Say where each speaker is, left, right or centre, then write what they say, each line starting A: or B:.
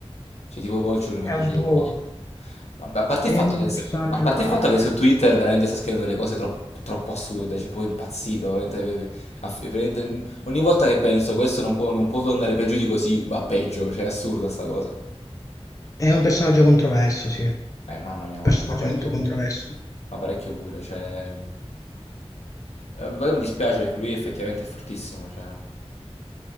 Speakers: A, on the left (about 80°); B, on the left (about 30°).
A: cioè tipo Vulture non
B: È
A: mi è piaciuto
B: un po'...
A: proprio. Ma a parte
B: È
A: il fatto
B: un
A: che,
B: personaggio,
A: se- ma a parte il fatto che su Twitter veramente sta scrivendo delle cose troppo, troppo assurde, cioè proprio impazzito. veramente- aff- veramente- ogni volta che penso questo non può, non può andare peggio di così, va peggio, cioè è assurda sta cosa.
B: è un personaggio controverso, sì. Un
A: Eh, mamma mia, ma,
B: personaggio
A: ma parecchio
B: molto controverso.
A: pure. Ma parecchio pure, cioè... Eh, poi mi dispiace perché lui effettivamente è fortissimo, cioè... Non